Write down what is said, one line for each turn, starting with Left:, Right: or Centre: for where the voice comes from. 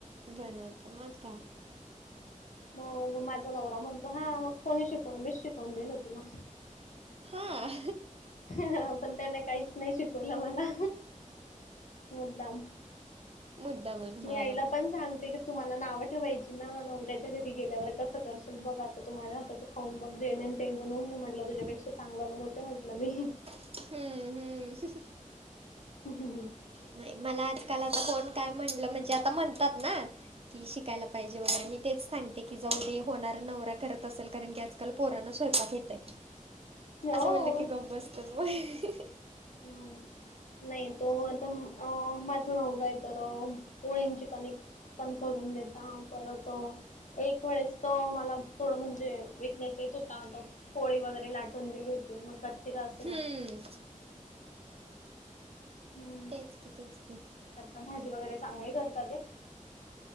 Right: बनवतो, मग काय?
Left: हो. मग माझा नवरा म्हणतो, हा. मग कोणी शिकवलं? मीच शिकवून दिलं तुला.
Right: हा.
Left: हा.. हा. पण त्याने काहीच नाही शिकवलं मला, मुद्दाम.
Right: मुद्दा म्हण
Left: मी
Right: हा
Left: आईला पण सांगते कि, तु मला नावं ठेवायची ना? नवऱ्याच्या घरी गेल्यावर कसं करशील? बघ आता तु माझ्या हाताचं खाऊन बघ जे न ते बनवून म्हटलं तुझ्यापेक्षा चांगलं बनवते म्हटलं मी
Right: हम्म -हम्म ह
Left: ह हं हम
Right: नाही मला आजकाल आता कोण काय म्हटलं म्हणजे म्हणतात ना की शिकायला पाहिजे वगरे मी तेच सांग ते की जाऊ दे, होणारा नवरा करत असेल. कारण की आजकाल पोरांना स्वयंपाक येतंय.
Left: हो.
Right: असं म्हणलं की, गप्प बसतं मग हे.
Left: हम. नाही तो आता माझं नवरा आहे तर पोळेंची कनेिक पण करून देता परत एक वेळेस तर मला थोडं म्हणजे विकनेस येत होताता पोळी वगैरे लाटून दिली होती मग कच्ची का असेना
Right: हम्म
Left: हम्म
Right: तेच की तेच की
Left: करता भाजी वगैरे चांगले करतात ते